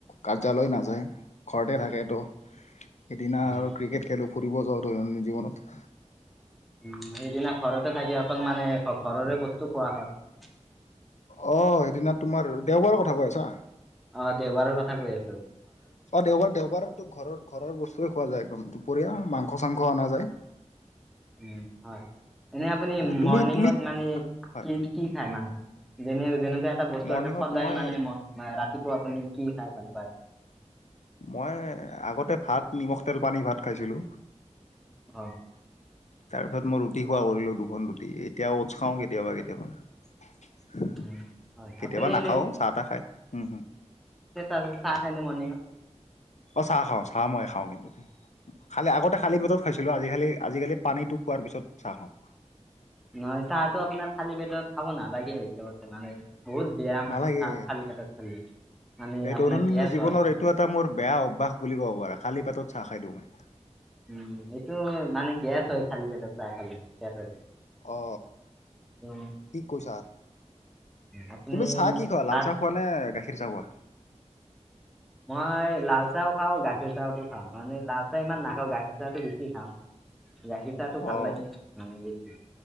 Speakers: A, on the left (about 75°); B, in the centre.
A: কাৰ্যালয় নাযায় ঘৰতে থাকে তো। সেইদিনা
B: উম,
A: আৰু ক্ৰিকেট খেলোঁ ফুৰিব যাওঁ দৈনন্দিন জীৱনত।
B: উম, সেইদিনা ঘৰতে থাকে অকল মানে ঘৰৰে বস্তু খোৱা হয়।
A: অ সেইদিনা তোমাৰ দেওবাৰৰ কথা কৈ আছা।
B: অ দেওবাৰৰ কথা কৈ আছো
A: অ দেওবাৰ দেওবাৰতো ঘৰৰ ঘৰৰ বস্তুয়ে খোৱা যায় একদম দুপৰীয়া মাংস চাংস অনা যায়।
B: উ হয় এনে আপুনি
A: অ তুমি
B: মৰ্ণিঙত
A: তুমি
B: মানে
A: হয়
B: কি কি খায় মানে। যেনে - যেনেকুৱা এটা বস্তু
A: মৰ্ণিঙত
B: আছে সদায়
A: মই
B: মানে মই ৰাতিপুৱা আপুনি কি খাই ভাল পায়।
A: মই আগতে ভাত নিমখ তেল পানী ভাত খাইছিলো।
B: হয়।
A: তাৰ পিছত মই ৰুটি খোৱা কৰিলো দুখন ৰুটি এতিয়া অ'টছ খাওঁ কেতিয়াবা কেতিয়াবা।
B: উম, হয়
A: কেতিয়াবা
B: আপুনি
A: নাখাও
B: এনে
A: চাহ তাহ খাই হু হু
B: আৰু চাহ খাইনে মৰ্নিংত।
A: অ চাহ খাও চাহ মই নেখাওঁ, কিন্তু দেই খালি আগতে খালি পেটত খাইছিলো আজিকালি, আজিকালি পানীটো খোৱাৰ পিছত চাহ খাওঁ।
B: নহয়। চাহটো আপোনাৰ খালী পেটত খাব নালাগে। সেই হিচাপতে মানে, বহুত বেয়া
A: নালাগে
B: মানে খালী পেটত খালে মানে
A: এই
B: আপোনাৰ
A: দৈনন্দিন
B: গেছ
A: জীৱনৰ
B: হয়
A: এইটো এটা মোৰ বেয়া অভ্যাস বুলি ক'ব পাৰা খালি পেটত। চাহ খাই দিওঁ মই।
B: উম, এইটো মানে গেছ হয়। খালী পেটত চাহ খালে। পেটত
A: অ,
B: উম,
A: ঠিক কৈছা।
B: আপুনি
A: তুমি কি চাহ খোৱা।
B: ভাত
A: লাল চাহ খোৱা নে গাখীৰ চাহ খোৱা।
B: মই লাল চাহ খাওঁ। গাখীৰ চাহতো খাওঁ মানে লাল চাহ ইমান নাখাওঁ গাখীৰ চাহটো বেছি খাওঁ। গাখীৰ চাহ টো ভাল
A: অ'
B: লাগে মানে বছি।